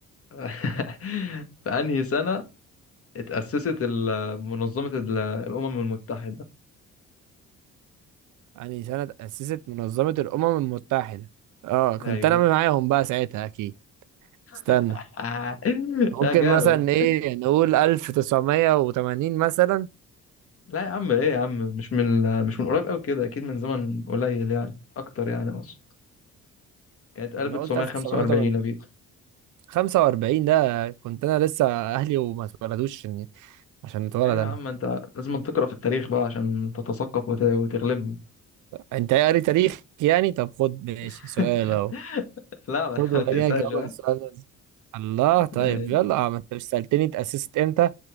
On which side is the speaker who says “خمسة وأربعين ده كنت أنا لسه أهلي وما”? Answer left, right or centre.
Right